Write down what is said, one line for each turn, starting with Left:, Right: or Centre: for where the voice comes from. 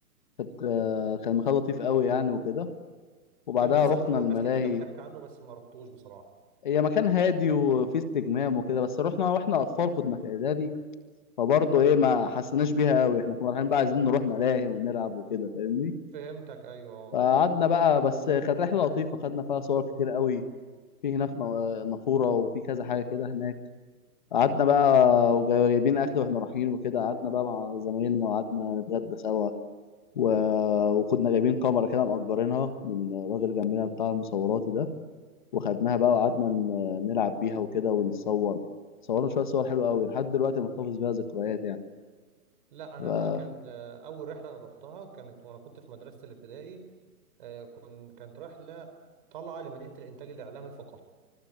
Left: كانت آه، كان مكان لطيف قوي يعني وكده وبعدها
Right: كان نفسي
Left: رحنا
Right: اروحه والناس
Left: الملاهي
Right: كتير كانت بتحكي عنه بس ما رحتوش بصراحه
Left: هي مكان هادي وفيه استجمام وكده بس رحنا واحنا اطفال كنا في اعدادي فبرضه ايه ما حسيناش بيها قوي احنا كنا رايحين بقى عايزين نروح ملاهي ونلعب وكده فاهمني
Right: فهمتك ايوه
Left: فقعدنا
Right: اه
Left: بقى بس كانت رحله لطيفه خدنا فيها صور كتير قوي في هناك نا- نافوره وفي كذا حاجه كده هناك قعدنا بقى وجايبين اكل واحنا رايحين وكده قعدنا بقى مع زمايلنا وقعدنا نتغدى سوا و... وكنا جايبين كاميرا كده مأجرينها من راجل جنبنا بتاع المصوراتي ده وخدناها بقى وقعدنا ن- نلعب بيها وكده ونتصور صورنا شويه صور حلوه قوي لحد دلوقتي محتفظ بيها ذكريات يعني
Right: لا
Left: ف-
Right: انا بقى كان آه، اول رحله انا رحتها كانت وانا كنت في مدرسه الابتدائي آه، كن كانت رحله طالعه لمدينه الانتاج الاعلامي فقط